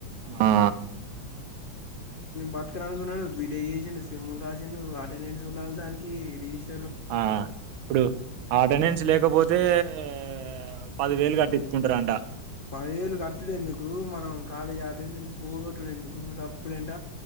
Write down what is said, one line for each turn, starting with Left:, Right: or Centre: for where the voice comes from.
Right: ఆ
Left: బతకను అనుకున్నోడు బి. టెక్ చేసిండు సెమ్ లు రాసిండు అటెండెన్స్ ఉండాలి దానికి రీష్
Right: ఆ ఇప్పుడు ఆ అటెండెన్స్ లేకపోతే ఆ అటెండెన్స్ లేకపోతే పది వేలు కట్టిచ్చుకుంటారంట.
Left: పదివేలు కట్టడు ఎందుకు మనం కాలేజీ అటెండెన్స్ పోగొట్టటుడు ఎందుకు? ఇప్పుడంట